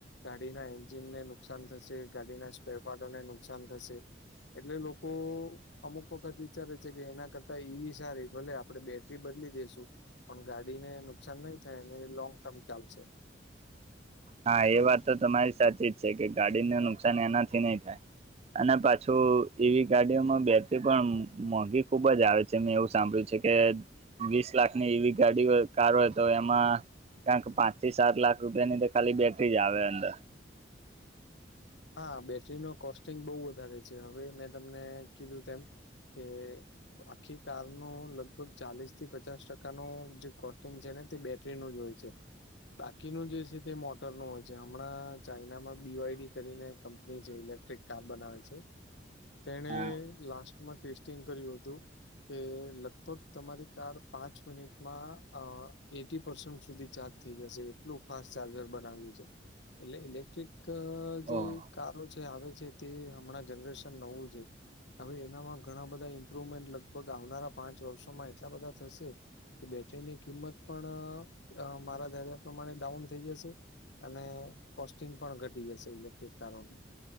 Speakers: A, on the left; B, on the right.
A: ગાડીના એન્જિનને નુકસાન થશે ગાડીના સ્ક્વેર પાર્ટોને નુકસાન થશે. એટલે લોકો અમુક વખત વિચારે છે કે એના કરતા ઈવી સારી ભલે આપડણે બેટરી બદલી દેસું. પણ ગાડીને નુકસાન નહી થાય અને લોંગ ટર્મ ચાલશે.
B: હા એ વાત તો તમારી સાચી જ છે કે ગાડીને નુકસાન એનાથી નહી થાય. અને પાછું એવી ગાડીઓમાં બેટરી પણ આમ મોંઘી ખુબજ આવે. મેં એવું સાંભળ્યું છે કે વીસ લાખ ની એવી ગાડી હોય કાર હોય તો એમાં કારણ કે પાંચ થી સાત લાખ રૂપિયાની તો ખાલી બેટરી જ આવે અંદર.
A: હા બેટરી નો કોસ્ટિંગ બહુ વધારે છે હવે મેં તમને કીધું તેમ કે તો આખી કાર નો લગભગ ચાલીસ થી પચાસ ટકા નો જે કોસ્ટિંગ છે ને તે બેટ નું જ હોય છે બાકીનું જે છે તે મોટર ન હોય છે હમણાં ચાઈનામાં બી યુઆઈડી. કરીને કંપની જે ઇલેક્ટ્રિક કાર બનાવે છે. તેણે
B: હા
A: લાસ્ટમાં ટેસ્ટિંગ કર્યું હતું. કે લગભગ તમારી કાર પાંચ મિનિટમાં એટી પસન્ટ સુધી ચાર્જ. થઈ જશે એટલું ફાસ્ટ ચાર્જર બનાવ્યું છે એટલે ઇલેક્ટ્રિક. જે
B: ઓહ
A: કારો છે આવે છે તે હમણાં જનરેશન નવું છે. હવે એનામાં ઘણા બધા ઈમ્પ્રુવમેન્ટ લગભગ આવનારા પાંચ વર્ષોમાં એટલા બધા થશે. કે બેટરીની કિંમત પણ મારા ધર્યા પ્રમાણે ડાઉન થઈ જશે. અને કોસ્ટિંગ પણ ઘટી જશે ઇલેક્ટ્રિક કારો ન.